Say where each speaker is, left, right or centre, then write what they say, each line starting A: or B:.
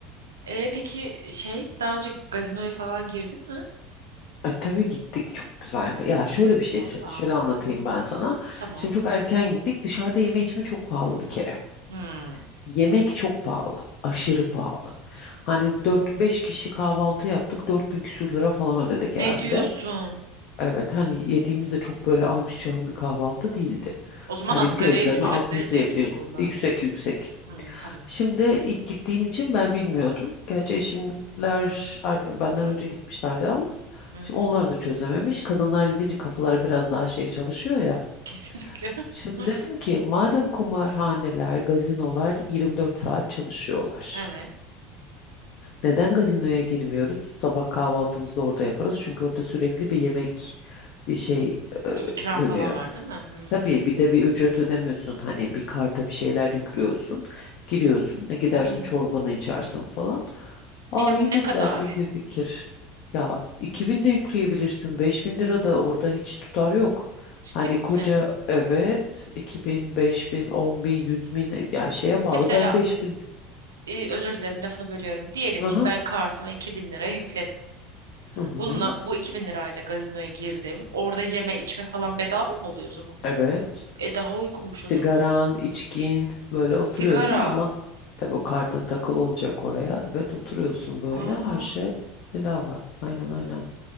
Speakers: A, on the right; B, on the left.
A: E, peki şey daha önce gazinoya falan girdin mi?
B: E, tabii gittik çok güzeldi. Ya şöyle bir şey
A: Valla.
B: ş- şöyle anlatayım
A: Hı.
B: ben sana.
A: Tamam.
B: Şimdi çok erken gittik. Dışarıda yeme içme çok pahalı bir kere.
A: Hı.
B: Yemek çok pahalı. Aşırı pahalı. Hani dört beş kişi kahvaltı yaptık. 4000 küsür lira falan ödedik
A: Ne
B: herhalde.
A: diyorsun?
B: Evet hani yediğimizde çok böyle ahım şahım bir kahvaltı değildi.
A: O zaman
B: Hani
A: asgari
B: bir gözleme
A: ücretleri
B: 600-700
A: de yüksek onların.
B: yüksek yüksek.
A: Hı, tamam.
B: Şimdi ilk gittiğim için ben bilmiyordum. Gerçi eşimler ar- benden önce gitmişlerdi ama
A: Hı
B: şimdi
A: hı.
B: onlar da çözememiş. Kadınlar gidince kafaları biraz daha şey çalışıyor ya.
A: Kesinlikle.
B: Şimdi
A: <laughs>
B: dedim ki madem kumarhaneler, gazinolar 24 saat çalışıyorlar.
A: Evet.
B: Neden gazinoya girmiyoruz? Sabah kahvaltımızı da orada yaparız. Çünkü orada sürekli bir yemek, bir şey e,
A: Bir ikram
B: e, dönüyor.
A: falan var değil mi? Hmm.
B: Tabii bir de bir ücret ödemiyorsun hani bir karta bir şeyler yüklüyorsun giriyorsun e, gidersin
A: Hmm.
B: çorbanı içersin falan. Aa
A: Minimum
B: iyi
A: ne
B: dediler
A: kadar?
B: iyi bir fikir. Ya 2000 de yükleyebilirsin 5000 lira da orada hiç tutar yok.
A: Ciddi
B: Hani
A: misin?
B: koca evet 2000, 5000, 10000, 10.000, 100.000 yani şeye bağlı
A: Mesela
B: ben 5000.
A: e, özür dilerim lafını bölüyorum. Diyelim
B: Hı
A: ki
B: hı.
A: ben kartıma 2000 lira yükledim.
B: Hı hı.
A: Bununla bu 2000 lirayla gazinoya girdim. Orada yeme içme falan bedava mı oluyor o zaman?
B: Evet.
A: E daha uygunmuş
B: sigaran,
A: o zaman.
B: içkin böyle oturuyorsun
A: Sigara.
B: ama tabii o kartın takılı olacak oraya. Evet oturuyorsun böyle
A: Aa,
B: her şey bedava. Aynen aynen.